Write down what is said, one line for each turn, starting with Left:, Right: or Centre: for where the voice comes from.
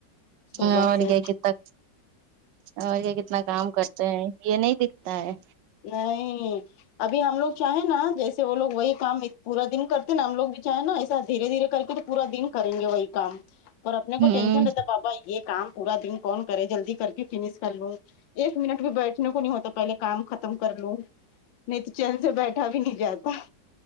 Left: صبح
Right: ہ اور
Left: سے
Right: کیا کتنا اور کیا کتنا کام کرتے یہ نہیں دکھتا ہے
Left: نہیں ابھی ہم لوگ چاہیں نا جیسے وہ لوگ وہی کام پورا دن کرتے ہیں نا ہم لوگ بھی چاہیں نا ایسا دھیرے دھیرے کر کے پورا دن کریں گے وہی کام پر اپنے کو
Right: ہوں
Left: ٹینشن رہتا ہے بابا یہ کام پورا دن کون کرے جلدی کر کے فنش کر لوں ایک منٹ بھی بیٹھنے کو نہیں ہوتا پہلے کام ختم ختم کر لوں نہیں تو چین سے بیٹھا بھی نہیں جاتا